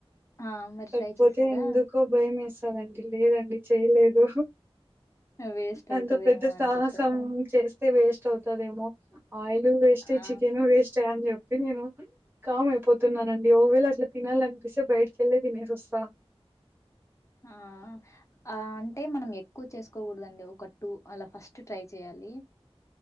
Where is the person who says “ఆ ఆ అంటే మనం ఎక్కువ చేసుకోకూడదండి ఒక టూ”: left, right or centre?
Left